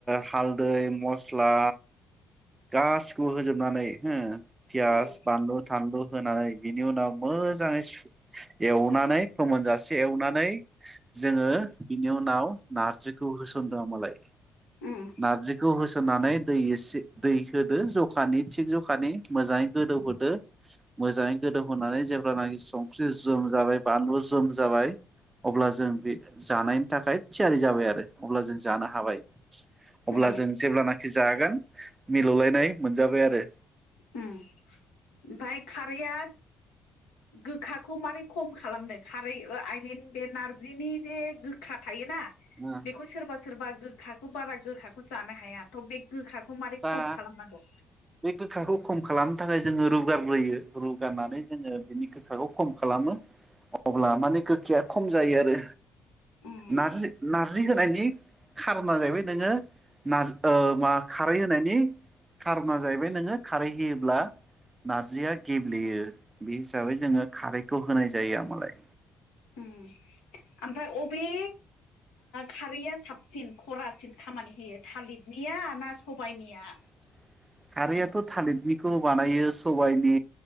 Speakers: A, on the right (about 25°); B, on the left (about 80°).
A: हालदै मस्ला गासिखौबो होजोबनानै हो पियास
B: उम
A: बानलु थानलु होनानै बिनि उनाव मोजाङै सुएवनानै फोमोनजासे एवनानै जोङो बिनि उनाव नाव नारजिखौ होसनदों मालाय ।
B: उम
A: नारजिखौ होसोनानै दै एसे दै होदो जखानि थिग जखानि मोजाङै गोदौहोदो मोजाङै गोदौहोनानै जेब्लानाखि संख्रि जोम जाबाय बानलु जोम जाबाय। अब्ला जों बे जानायनि थाखाय थियारि जाबाय आरो अब्ला जों जानो हाबाय। अब्ला
B: उम
A: जों जेब्लानाखि जागोन मिलौलायनाय मोनजाबाय आरो।
B: ओम ओमफ्राय खारैआ गोखाखौ मारै खम खालामदों खारै आइमिन बे नारजिनि जे गोखा थायो। ना
A: आरो
B: बेखौ सोरबा सोरबा गोखाखौ बारा गोखाखौ जानो हाया थ' बे गोखाखौ खौ मारै
A: दा
B: खम खालामनांगौ?
A: बे गोखाखौ खम खालामनो थाखाय जोङो रुगारग्रोयो रुगारनानै जोङो बिनि गोखाखौ खम खालामो। अब्ला माने गोखाया खम जायो आरो।
B: उम
A: नारजि नारजि होनायनि खारना जाहैबाय नोङो नार ओ मा खारै होनायनि खारना जाहैबाय नोङो खारै होयोब्ला नारजिया गेब्लेयो बे हिसाबै जोङो खारैखौ होनाय जायो मालाय।
B: ओम ओमफ्राय अबे खारैया साबसिन खरासिन खामानि होयो थालिरनिया ना सबाइनिया
A: <unintelligible> खारैआथ' थालिरनिखौ बानायो सबाइनि